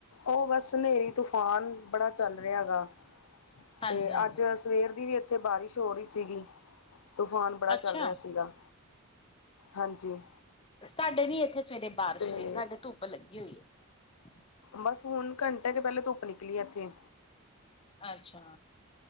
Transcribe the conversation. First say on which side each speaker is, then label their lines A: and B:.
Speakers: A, on the left; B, on the left.
A: ਉਹ ਬਸ ਹਨੇਰੀ ਤੂਫਾਨ ਬੜਾ ਚੱਲ ਰਿਹਾ ਹੈ ਗਾ
B: ਹਾਂਜੀ
A: ਤੇ
B: ਹਾਂਜੀ
A: ਅੱਜ ਸਵੇਰ ਦੀ ਵੀ ਏ ਇੱਥੇ ਬਾਰਿਸ਼ ਹੋ ਰਹੀ ਸੀਗੀ। ਤੂਫਾਨ ਬੜਾ
B: ਅੱਛਾ
A: ਚੱਲ ਰਿਹਾ ਸੀਗਾ। ਹਾਂਜੀ
B: ਸਾਡੇ ਨੀ ਇੱਥੇ ਸਵੇਰੇ ਬਾਰਿਸ਼
A: ਤੇ
B: ਹੋਈ ਸਾਡੇ ਧੁੱਪ ਲੱ <unintelligible>
A: ਬਸ ਹੁਣ ਘੰਟਾ ਕੇ ਪਹਿਲੇ ਧੁੱਪ ਨਿ ਕਲੀ ਏਥੇ
B: ਅੱਛਾ